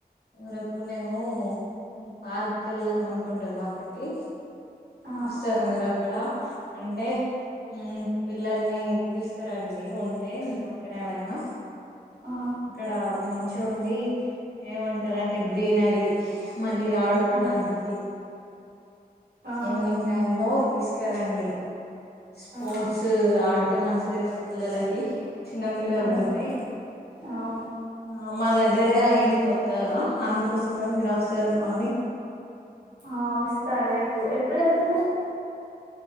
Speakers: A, on the left (about 75°); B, on the right (about 85°).
A: రేపు నేను పార్క్ వెళ్దాం అనుకుంటున్నా ఒకటి
B: ఆ
A: అస్తారా మీరు అక్కడ అంటే హ్మ్ పిల్లల్ని తీసుకురండి ఉంటే మీ పక్కన ఎవరైనా
B: ఆ
A: <inaudible> మంచిగా ఉంది ఏమంటారు అంటే గ్రీనరీ మళ్ళీ ఆడుకోవడానికి
B: ఆ ఆ
A: ఈవినింగ్ టైమ్ లో తీసుకరండి స్పోర్ట్స్
B: ఆ
A: ఆడితే మంచిదిగా పిల్లల కె చిన్న పిల్లలు
B: అవును
A: ఉంటే
B: అవును
A: ఆహ్ మా దగ్గరే అయింది కొత్తగా అందుకోసమే మీరు వస్తారేమో అని
B: ఆహ్ వస్తా రేపు ఎప్పుడు వెళ్తున్నారు